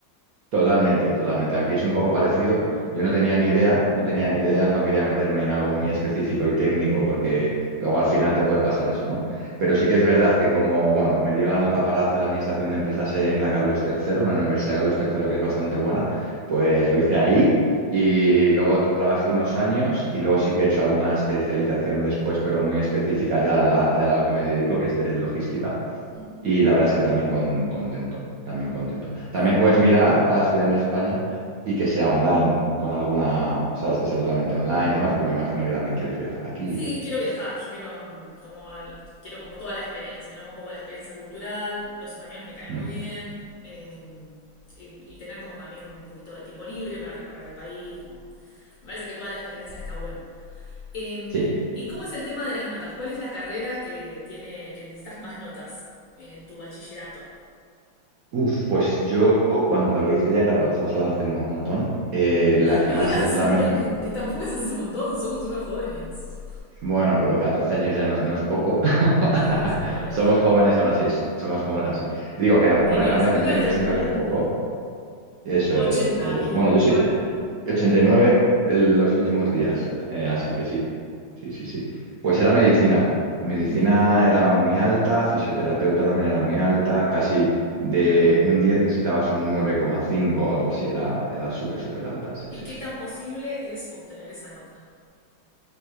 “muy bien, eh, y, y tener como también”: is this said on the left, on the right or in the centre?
Left